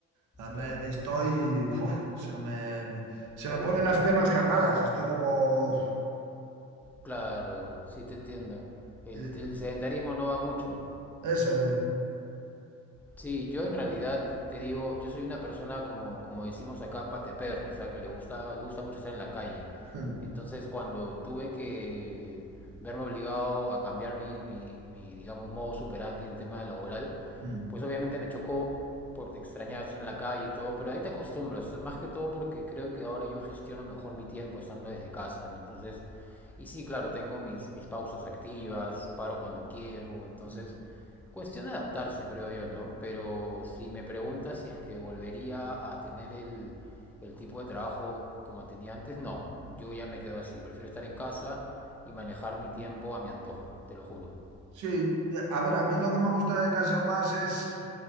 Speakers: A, on the right (about 65°); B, in the centre.
A: sea, me-
B: ya,
A: estoy, uf, o sea, me, me- se
B: te
A: me
B: aburres.
A: ponen las piernas cargadas, estoy como, uf,
B: Claro, sí te entiendo. El,
A: eh,
B: el sedentarismo no va mucho.
A: eso. eh,
B: Sí, yo en realidad te digo, yo soy una persona como, como decimos acá, pateperro, o sea, que le gusta, le gusta mucho estar en la calle.
A: <laughs>
B: Entonces, cuando tuve que verme obligado a cambiar mi, mi, mi, digamos, modo superandi en tema laboral,
A: mm,
B: pues obviamente me chocó porque extrañaba estar en la calle y todo, pero ahí te acostumbras, más que todo porque creo que ahora yo gestiono mejor mi tiempo estando desde casa, ¿no? Entonces, y sí, claro, tengo mis, mis pausas activas, paro cuando quiero, entonces
A: mm.
B: Cuestión de adaptarse, creo yo, ¿no? Pero si me preguntas si es que volvería a tener el, el tipo de trabajo como tenía antes, no. Yo ya me quedo así. Prefiero estar en casa y manejar mi tiempo a mi antojo, te lo juro.
A: Sí, ya- a ver, a mí lo que me gusta de casa más es,